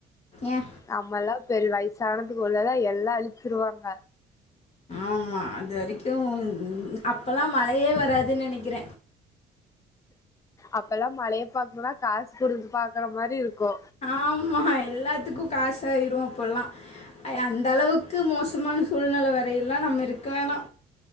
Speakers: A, on the left; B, on the left.
A: ஏ
B: நம்மல்லா பெரு வயசானதுக்குல்லெல்லா எல்லா அழிச்சிருவாங்க
A: ஆமா அது வரைக்கு அப்பல்லா மழையே வராதுன்னு நெனைக்கற
B: அப்பெல்லா மழைய பாக்ணுனா காசு கொடுத்து பாக்கற மாரி இருக்கு
A: ஆமா எல்லாத்துக்கு காசாயிரு அப்பல்லா அய்ய அந்த அளவுக்கு மோசமான சூழ்நிலை வரையில்லா நம்ம இருக்க வேணா